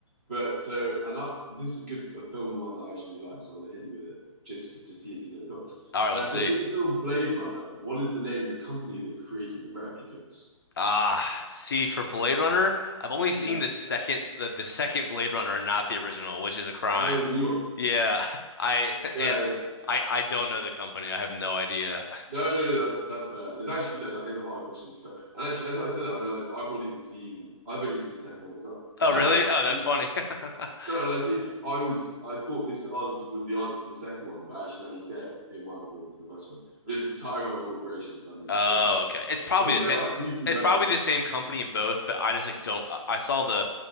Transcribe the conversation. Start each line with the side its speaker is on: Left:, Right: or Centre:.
Right: But so, and I, this is a good a film one that I actually really like, so I'm gonna hit you with it just to see if you know the film.
Left: All right,
Right: Uh,
Left: let's
Right: so
Left: see.
Right: in the film Blade Runner, what is the name of the company that created the replicants?
Left: Ah, see for Blade Runner, I've only seen
Right: Yeah.
Left: the second the, the second Blade Runner and not the original, which is a crime.
Right: Oh, the new one.
Left: Yeah, <laughs> I
Right: Yeah,
Left: and
Right: yeah.
Left: I I don't know the company. I have no idea.
Right: No, no, no, that's that's fair. It's actually, no. that is a hard question to be fair. And actually, as I said it, I realized I've not even seen, I've only seen the second one as well. <laughs>
Left: Oh,
Right: And
Left: really?
Right: actually,
Left: Oh, that's funny. <laughs>
Right: no, and I think I was, I thought this answer was the answer from the second one, but actually now you say it, it might be the one for the first one. But it's the Tyrell Corporation, if that means
Left: Oh,
Right: anything to
Left: okay.
Right: you.
Left: It's probably
Right: I think
Left: the
Right: they're
Left: same.
Right: like briefly
Left: It's
Right: referenced.
Left: probably the same company in both, but I just like don't. I I saw the,